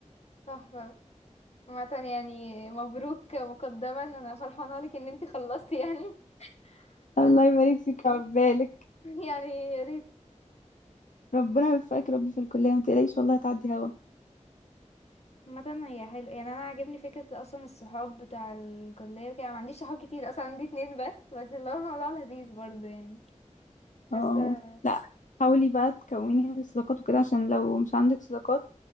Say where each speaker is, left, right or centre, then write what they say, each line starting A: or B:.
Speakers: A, on the left; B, on the left.
A: تحفة عامة يعني مبروك مقدما انا فرحانة لك ان انت خلصتي يعني <laughs> بس
B: الله يبارك فيك وعقبالك
A: يعني يا ريت
B: ربنا يوفقك يا رب في الكلية متقلقيش والله هتعدي هوا
A: عامة هي حلو يعني انا عاجبني فكرة اصلا الصحاب بتاع الكلية وكده أنا ما عنديش صحاب كتير اصلا عندي اتنين بس بس اللي هو الموضوع لذيذ برضه يعني حاسة
B: اه لا حاولي بقى تكوني صداقات وكده عشان لو مش عندك صداقات